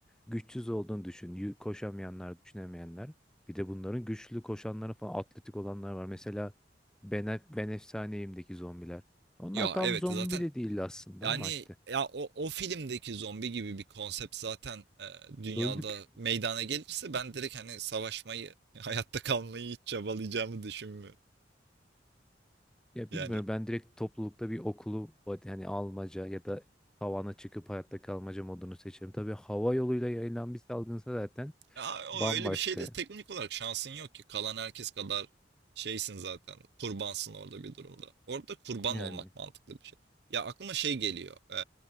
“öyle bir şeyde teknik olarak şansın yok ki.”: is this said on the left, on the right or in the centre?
Right